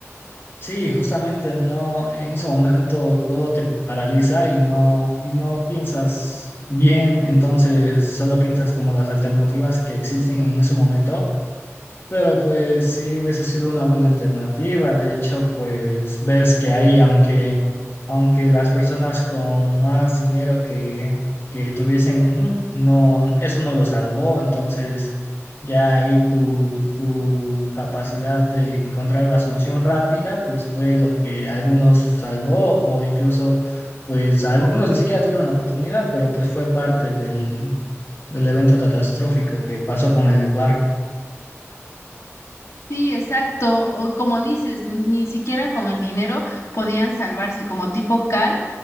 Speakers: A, on the left; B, on the left.
A: Sí, justamente no, en ese momento todo te paraliza y no, y no piensas bien, entonces solo piensas como las alternativas que existen en ese momento Pero pues sí hubiese sido una buena alternativa. De hecho, pues ves que ahí, aunque, aunque las personas con más dinero que, que tuviesen, mm, no, eso no lo salvó. Entonces, ya ahí tu, tu capacidad de encontrar la solución rápida, pues fue lo que algunos salvó, o incluso, pues algunos ni siquiera tuvieron la oportunidad, pero pues fue parte del, del evento catastrófico que pasó con el barco.
B: Sí, exacto. O como dices, ni siquiera con el dinero podían salvarse, como tipo Cal,